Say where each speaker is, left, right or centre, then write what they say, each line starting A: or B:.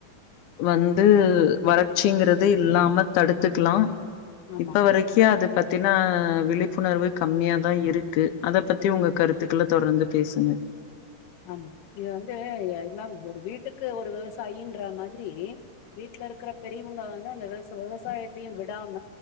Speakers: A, on the left; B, on the left.
A: வந்து வறட்சிங்கறதே இல்லாம தடுத்துக்கலா
B: ஆமா,
A: இப்ப வரைக்கு அது பத்தின விழிப்புணர்வு கம்மியா தா இருக்கு அத பத்தி
B: ம்.
A: உங்க கருத்துக்கள தொடர்ந்து பேசுங்க
B: ஆமா இது வந்து எல்லாம் ஒரு வீட்டுக்கு ஒரு விவசாயின்ற மாதிரி வீட்டுல இருக்கற பெரியவங்க வந்து அந்த விவ விவசாயத்தையும் விடாம